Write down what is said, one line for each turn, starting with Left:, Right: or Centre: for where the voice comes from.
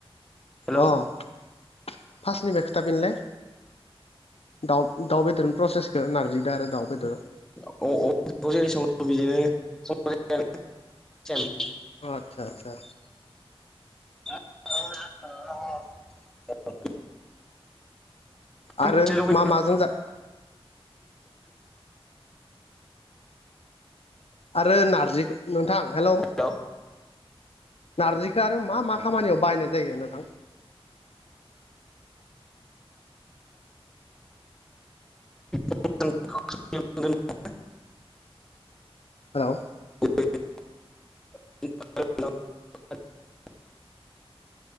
Centre: हेलौ
Left: अ फारसनिफ्राय खिथाफिनलाय। दाउ दाउ बेदरनि प्रसेसखौ नारजिदों आरो दाउ बेदर।
Centre: <unintelligible>
Left: अ आतसा आतसा।
Centre: <unintelligible>
Left: आरो
Centre: सेम।
Left: मा माजों जा आरो नारजिखौ नोंथां हेल'
Centre: हेल'
Left: नारजिखौ आरो मा मा खामानियाव बायनाय जायो नोंथां?
Centre: <unintelligible>
Left: हेल'
Centre: <inaudible>